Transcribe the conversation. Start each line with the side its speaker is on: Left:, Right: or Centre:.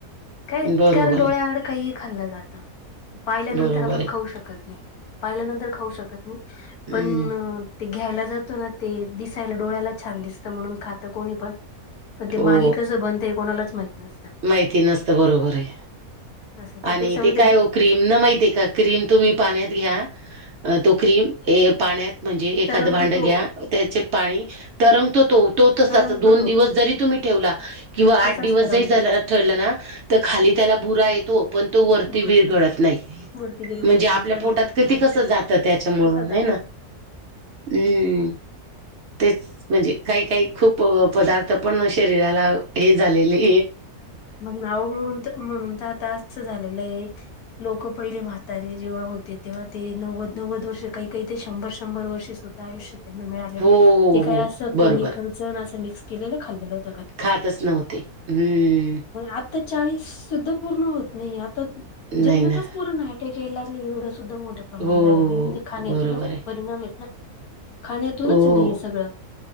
Left: काय
Right: बरोबर
Left: कारण डोळ्याआड
Right: आहे
Left: काही खाल्लं जातं पाहिल्यानंतर
Right: बरोबर
Left: आपण
Right: आहे
Left: खाऊ शकत नाही पाहिल्यानंतर खाऊ शकत नाही
Right: हम्म
Left: पण ते घ्यायला जातो ना ते दिसायला डोळ्याला छान दिसत म्हणून ख कोणी पण पण ते
Right: हो
Left: मागे कसं बनतं हे कोणालाच माहित नसतं
Right: माहिती नसत बरोबर आहे
Left: असं त्यापेक्षा
Right: आणि
Left: मग
Right: ते काय क्रीम न माहितीे का क्रीम तुम्ही पाण्यात घ्या तो क्रीम पाण्यात म्हणजे एखादं
Left: तरंगतो
Right: भांड
Left: तो
Right: घ्या त्याचे पाणी तरंगतो तो तो तसाच
Left: तरंगतो
Right: दोन
Left: तो
Right: दिवस जरी तुम्ही ठेवला किंवा आठ
Left: तसाच
Right: दिवस
Left: तरंगतो
Right: जरी झा
Left: तो
Right: ठरलं ना तर खाली त्याला बुरा येतो पण तो वरती
Left: गुरांच्या
Right: विर घडत नाही
Left: वरती विरघळत
Right: म्हणजे आपल्या
Left: नाही तरंगतो
Right: पोटात
Left: तो
Right: किती कसं जातं त्याच्यामुळ
Left: कसा जातो
Right: आहे ना हम्म तेच म्हणजे काही काही खूप पदार्थ आपण शरीराला हे झालेली
Left: मग नाव म्हणून म्हणून तर आता असं झालेलं आहे लोक पहिले म्हातारे जेव्हा होते तेव्हा ते नव्वद नव्वद वर्ष काही काही ते शंभर शंभर वर्षेच हो आयष्य त्यांना मिळालेलं
Right: हो हो
Left: ते काही
Right: हो
Left: असं केमिकल
Right: बरोबर
Left: अस मिक्स केलेलं खाल्लंत
Right: खातच नव्हते हम्म
Left: आता चाळीस सुद्धा पूर्ण होत नाही आता जन्मताच
Right: नाही ना
Left: पूर्ण आहे खेयला लागले एवढं सुद्धा मोठ्या प्रमाण
Right: हो
Left: झालेलं आहे म्हणजे खाण्यातूनच
Right: बरोबर आहे
Left: परिणाम येत ना खाण्यातूनच
Right: हो
Left: ना हे सगळं